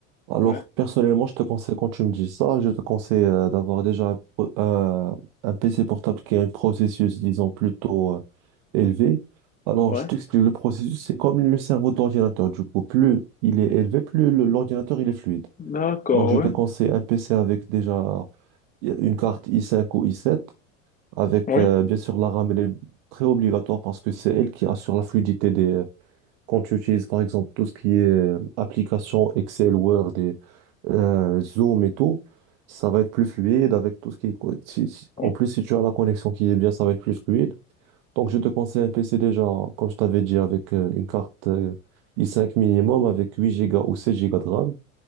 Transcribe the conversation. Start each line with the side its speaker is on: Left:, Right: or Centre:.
Right: Alors,
Left: Ouais,
Right: personnellement, je te conseille, quand tu me dis ça, je te conseille euh, d'avoir déjà un, pro- un- un PC portable qui a un processus, disons, plutôt euh, élevé. Alors,
Left: ouais.
Right: je t'explique, le processus, c'est comme le cerveau de l'ordinateur. Du coup, plus il est élevé, plus le- l'ordinateur, il est fluide.
Left: D'accord,
Right: Donc, je te
Left: ouais,
Right: conseille un PC avec déjà une carte i5 ou i7, avec
Left: oui
Right: euh, bien sûr la RAM, elle est très obligatoire parce que c'est elle qui assure la fluidité quand tu utilises par exemple tout ce qui est euh, application Excel, Word et euh, Zoom et tout, ça va être plus fluide avec tout ce qui est... co- si- si-
Left: ouais.
Right: En plus, si tu as la connexion qui est bien, ça va être plus fluide. Donc, je te conseille un PC déjà, comme je t'avais dit, avec euh, une carte euh, i5 minimum, avec 8 Go ou 16 Go de RAM.